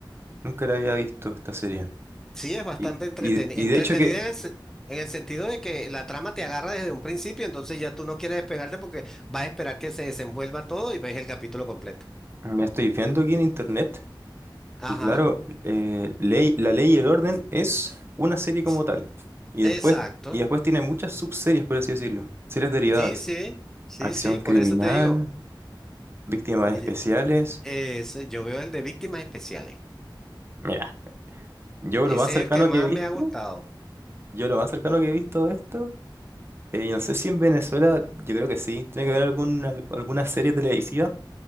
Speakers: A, on the right (about 30°); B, in the centre.
A: nunca la había visto esta serie.
B: Sí, es bastante
A: Y,
B: entretenida,
A: y, y
B: entretenida
A: de hecho que
B: en el, se- en el sentido de que la trama te agarra desde un principio, entonces ya tú no quieres despegarte porque vas a esperar que se desenvuelva todo y ves el capítulo completo.
A: me estoy viendo aquí en internet,
B: Ajá,
A: y claro, eh, ley, La Ley y el Orden es una serie como
B: s-
A: tal. Y
B: exacto.
A: después, y después tiene muchas subseries, por así decirlo, series derivadas.
B: Sí, sí, sí,
A: Acción
B: sí,
A: criminal.
B: por eso te digo,
A: Víctimas
B: me
A: especiales.
B: lle- ese- yo veo el de víctimas especiales.
A: Mira, yo
B: Ese
A: lo más cercano
B: es el que más
A: que he visto,
B: me ha gustado.
A: yo lo más cercano que he visto de esto, eh, y no sé si en Venezuela, yo creo que sí, tiene que haber alguna, alguna serie televisiva